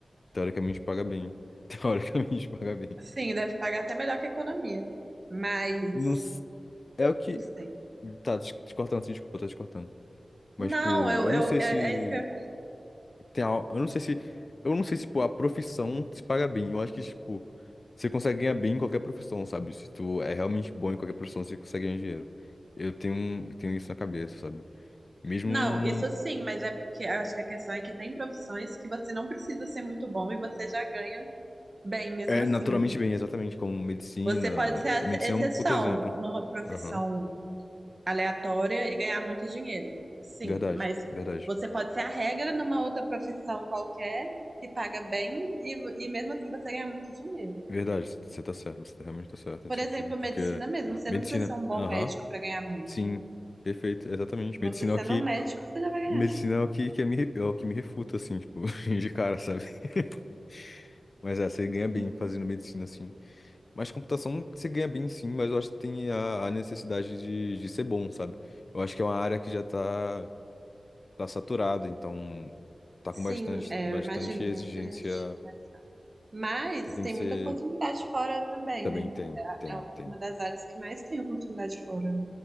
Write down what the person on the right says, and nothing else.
Sim, deve pagar até melhor que economia. Mas,
não sei.
Não,
eu,
eu,
é,
é isso que eu...
Não, isso sim, mas é porque eu acho que a questão é que tem profissões que você não precisa ser muito bom e você já ganha bem mesmo
assim.
Você pode ser
a
exceção
numa profissão
aleatória e ganhar muito dinheiro. Sim,
mas
você pode ser a regra numa outra profissão qualquer que paga bem e, vo- e mesmo assim você ganha muito dinheiro.
Por
exemplo,
a medicina mesmo, você
não precisa ser um bom
médico para ganhar muito.
Você
sendo
um médico, você já vai ganhar.
Sim,
Sim,
é,
eu imagino,
tem muita gente. Mas
tem
muita oportunidade fora também,
né?
É
uma das áreas que mais tem oportunidade fora. né?